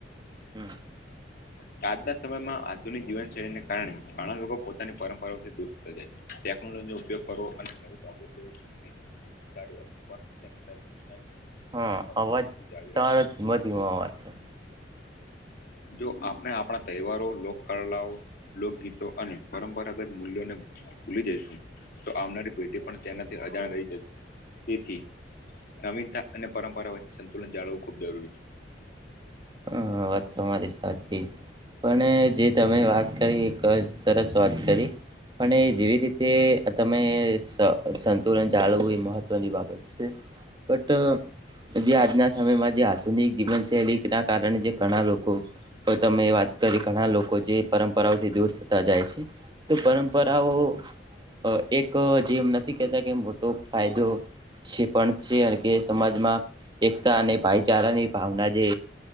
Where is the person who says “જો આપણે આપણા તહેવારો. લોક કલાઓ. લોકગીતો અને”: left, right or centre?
Left